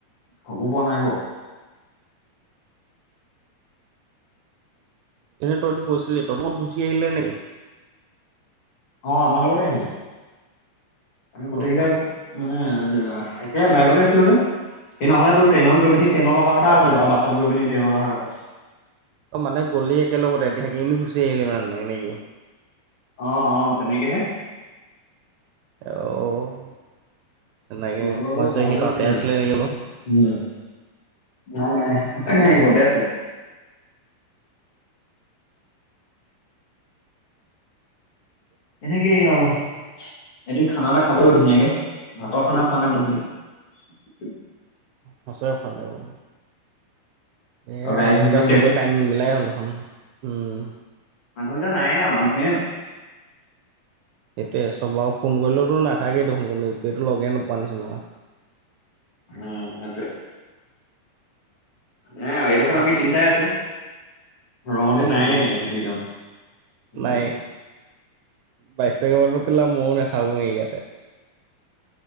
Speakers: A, on the left; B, on the right.
A: খবৰ পোৱা নাই বাও।
B: তহ গৈছিলি ত তত গুচি আহিলে নি?
A: অ আমাৰ লগতে আহিলে। আমি গোটেই
B: অ
A: কেইটাই
B: অ
A: আকৌ মানে। একে বাইকতে আছিলো যে এ নহ'লে টেৰেইনৰ অহা কথা
B: অ
A: আছিলে
B: মানে
A: বাছ গৈ পিনি ট্ৰেইনত অহা কথা আছো।
B: অ মানে গলি একেলগতে এদি থাকি গুচি আহিলি মানে নেকি।
A: অ অ তেনেকেহে।
B: অ। তেনেকে
A: গ'ল বাৰু
B: মই ভাবিছোঁ
A: লগতে
B: সি তাতে
A: গুচি আহিল,
B: আছিলে নেকি বোলো
A: উম নাই নাই ঘৰতে আছিলে। এনেকেই আৰু এদিন খানা এটা খাবলৈ ধুনীয়াকে ভাতৰ খানা খোৱা নাই বহুত দিন।
B: সঁচাই ভাল লাগিব। এ
A: তই গাড়ীখনকে
B: মানুহকেইটা
A: উলিয়াবি
B: চবে টাইম মিলাই হ'ল দেখন উম।
A: মানুহকেইটা নায়ে আৰু মানুহে নাই।
B: সেইটোয়ে চব বাৰ ফোন কৰিলেতো নাথাকেই দেখোন কৰিলো এইটো লগে নোপোৱা নিচিনা
A: উম সেইটোৱে। হ শেষত আমি তিনিটাই আছো। ৰং হতি নায়েই
B: পিনে
A: সেইটো একদম উম।
B: নাই বাইশ তাৰিখৰ পৰা কেলা ময়ো নাথাকো ইয়াতে।